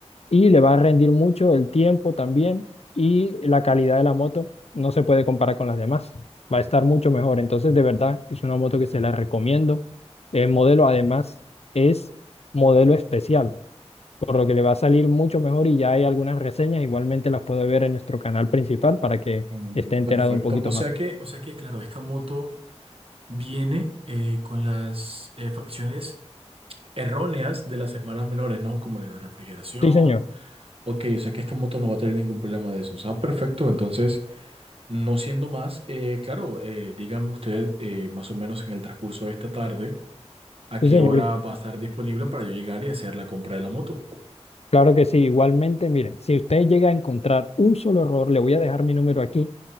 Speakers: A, on the left (about 65°); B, on the right (about 55°).
A: y le va a rendir mucho el tiempo también y la calidad de la moto no se puede comparar con las demás, va a estar mucho mejor, entonces de verdad es una moto que se la recomiendo. El modelo además es modelo especial por lo que le va a salir mucho mejor y ya hay algunas reseñas, igualmente las puede ver en nuestro canal principal para que
B: Mm,
A: esté enterado
B: Perfecto.
A: un poquito
B: O sea
A: más.
B: que, o sea que, claro, esta moto viene eh, con las eh, facciones erróneas de las hermanas menores, ¿no? Como la refrigeración.
A: Sí, señor,
B: Ok, o sea que esta moto no va a tener ningún problema de eso. Ah, perfecto. Entonces, no siendo más, eh, claro, eh, dígame usted eh, más o menos en el transcurso de esta tarde a qué
A: sí, señor,
B: hora va a estar disponible para yo llegar y hacer la compra de la moto.
A: claro que sí, igualmente, miren, si usted llega a encontrar un solo error, le voy a dejar mi número aquí